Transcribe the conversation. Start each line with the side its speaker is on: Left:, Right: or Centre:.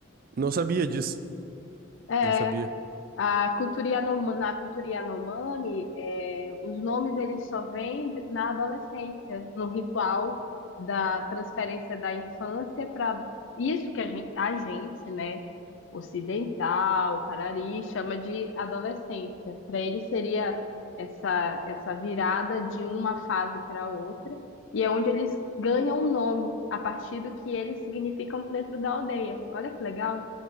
Right: Não sabia disso.
Left: É,
Right: Não sabia.
Left: a cultura Yanomami, na cultura Yanomami, é, os nomes eles só vêm na adolescência, no ritual da transferência da infância para isso que a gente, a gente, né? ocidental, Parari, chama de adolescência. Para ele seria essa, essa virada de uma fase para outra, e é onde eles ganham um nome a partir do que eles significam dentro da aldeia. Olha que legal.